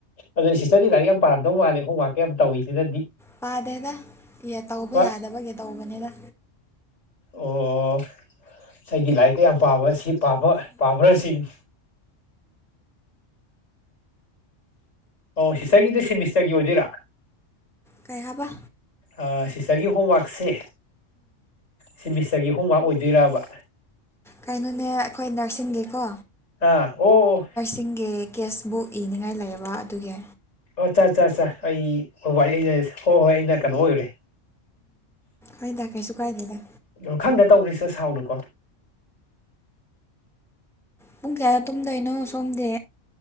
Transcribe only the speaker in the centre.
ꯄꯥꯗꯦꯗ ꯇꯧꯕ
ꯌꯥꯗꯕꯒꯤ ꯇꯧꯕꯅꯤꯗ
ꯀꯩ ꯍꯥꯕ
ꯀꯩꯅꯣꯅꯦ ꯑꯩꯈꯣꯏ ꯅꯔꯁꯤꯡꯒꯤꯀꯣ
ꯆꯤꯡꯒꯤ ꯀꯦꯁꯕꯨꯛ ꯏꯅꯤꯡꯉꯥꯏ ꯂꯩꯕ ꯑꯗꯨꯒꯤ꯫
ꯍꯣꯏꯗ ꯀꯩꯁꯨ ꯀꯥꯏꯗꯦꯗ
ꯄꯨꯡ ꯀꯌꯥꯗ ꯇꯨꯝꯗꯣꯏꯅꯣ ꯁꯣꯝꯗꯤ